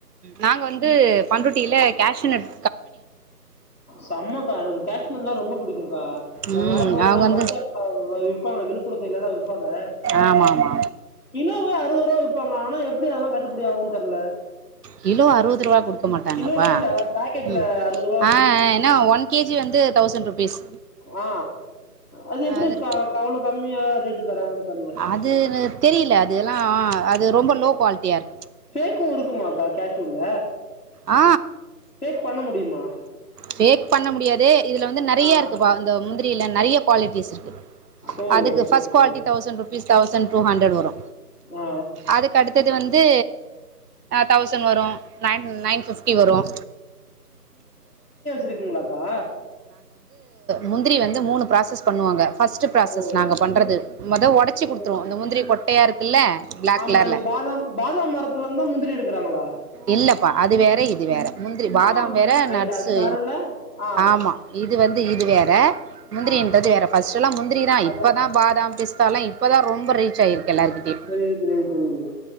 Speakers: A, on the right; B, on the left.
A: நாங்க வந்து பண்ருட்டியில கேஷ்நட்
B: செம்மக்கா அது கேஷ் எல்லா ரொம்ப புடிக்கு
A: ம்
B: வரும்போதெல்லா
A: அவங்க வந்து
B: பஸ்லே போவாங்க இப்பொ அவுங்க விழுப்புர வப்பாங்க
A: ஆமா ஆமா
B: கிலோ அறுபது ரூப வப்பாங்க ஆனா எப்படி அதல்லா கட்ட அப்டி அம் தெர்ல
A: கிலோ அறுவது ரூவா குடுக்க மாட்டாங்கப்பா
B: கிலோ வே இல்ல பாய் அறுவது
A: ம்
B: ரூவா
A: ஆ ஏன்னா ஒன் கேஜி வந்து தௌசண்ட் ருபீஸ்
B: ஆ அதெப்படி
A: அது இருக்கு.
B: அவ்ளோ கம்மியா ரேட் தரங்கா தெர்ல
A: அது தெரியல அதெல்லா அது ரொம்ப லோ குவாலிட்டியா இருக்கு
B: எனக்கு இருக்குமாக்கா கேஷூர்ல
A: ஆ
B: ஷேக் பண்ண முடியுமா
A: ஷேக் பண்ண முடியாது இது வந்து நிறைய
B: ஆ
A: இருக்கு இந்த முந்திரியில நிறைய குவாலிட்டிஸ் இருக்கு
B: ஓ
A: அதுக்கு
B: okay
A: first
B: okay
A: குவிட்டி thousand rupees thousand two hundred வரு
B: ஆ
A: அதுக்கடுத்தது வந்து தௌசண்ட் வரும் நையன் நையன் ஃபிஃப்டி வரும்
B: இருக்கீங்களாக்கா
A: முந்திரி வந்து மூணு ப்ராசஸ் பண்ணுவாங்க ஃப்பர்ஸ்ட் பிராசஸ்
B: ஓ
A: நாங்க
B: ஓகே
A: பண்றது முத உடைச்சி
B: ஓ
A: குடுத்துருவோ அந்த முந்திரி கொட்டையா இருக்குல்ல ப்ளாக்
B: ஆமா
A: கலர்ல
B: அது பாதாம் பாதாம் மரத்துல இருந்தா முந்திரி எடுக்குறாங்களா
A: இல்லப்பா அது வேற இது வேற முந்திரி பாதாம்
B: ஆ
A: வேற
B: ரைட்டு
A: நட்ஸு
B: அது வேறல்ல ஆ
A: ஆமா இது வந்து இது வேற முந்திரன்றது
B: ஆ
A: வேற <unintelligible> முந்திரி தா
B: அதா
A: இப்பதா பாதாம் பிஸ்தா எல்லா இப்பதா ரொம்ப ரீச் ஆயிருக்கு எல்லாருகிட்டயு
B: புரியுது புரியுது புரியுது